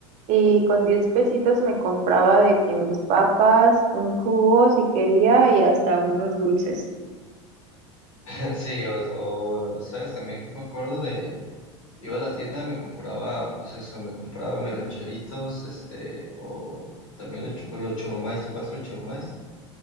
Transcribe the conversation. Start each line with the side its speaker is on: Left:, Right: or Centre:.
Right: y con 10 pesitos me compraba de que mis papas, un jugo si quería y hasta unos dulces.
Left: <laughs> Sí, o, o, sabes también que me acuerdo de, iba a la tienda, me compraba, pues eso, me compraba mis rancheritos, este, o también los, chu- los churrumais, ¿te acuerdas de los churrumais?